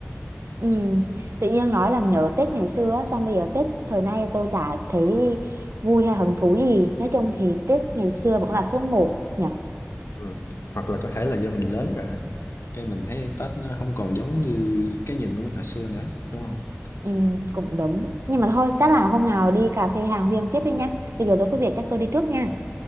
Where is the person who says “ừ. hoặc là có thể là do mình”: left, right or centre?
Left